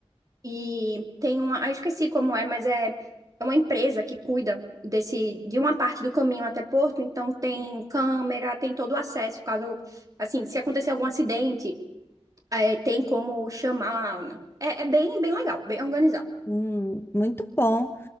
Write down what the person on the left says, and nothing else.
Hum, muito bom.